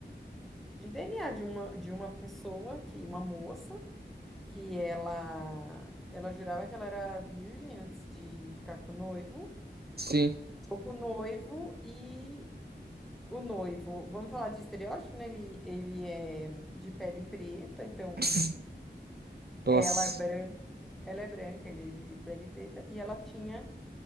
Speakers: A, in the centre; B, on the right.
A: de DNA de uma, de uma pessoa, que uma moça, que ela, ela jurava que ela era virgem antes de ficar com o noivo.
B: Sim.
A: Ficou com o noivo e O noivo, vamos falar de estereótipo, né? Ele, ele é de pele preta, então
B: Pss, Nossa.
A: ela é branca, ela é branca, ele é de pele preta, e ela tinha,